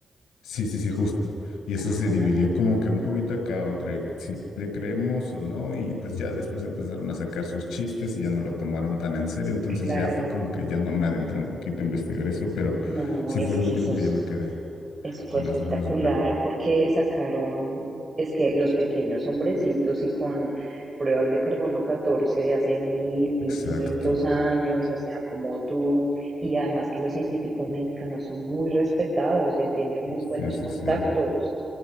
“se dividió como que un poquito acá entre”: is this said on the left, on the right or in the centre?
Left